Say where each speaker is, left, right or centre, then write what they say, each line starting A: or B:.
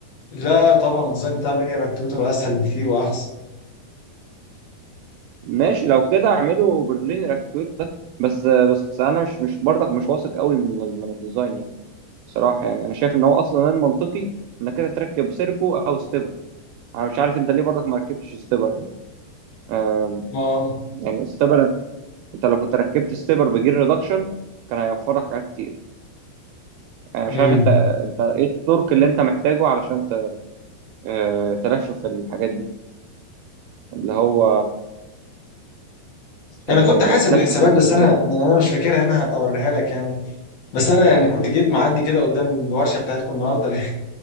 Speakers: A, on the left; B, on the right.
A: لا طبعا الديزاين بتاع اللينير اكتويتر اسهل بكتير واحسن
B: ماشي لو كده اعمله باللينير اكتويت ده بس بس انا مش مش برضك مش واثق قوي من ال- من الديزاين يعني صراحه يعني انا شايف ان هو اصلا المنطقي انك كده تركب سيرفو او ستيبر انا مش عارف انت ليه برضك ما ركبتش ستيبر يعني آه
A: ما
B: يعني ستيبر انت لو كنت ركبت ستيبر بجير ريدكشن كان هيوفر لك حاجات كتير انا
A: مم.
B: مش عارف انت انت ايه التورك اللي انت محتاجه علشان آه، تلفف الحاجات دي اللي هو
A: انا
B: اللي
A: كنت حاسب
B: يعني تلفف
A: الحسابات
B: اللي
A: بس
B: اسمه
A: انا
B: ايه
A: يعني
B: ده
A: انا مش فاكرها انا هبقى اوريها لك يعني بس انا يعني كنت جيت معدي كده قدام الورشه بتاعتكم النهارده لقيت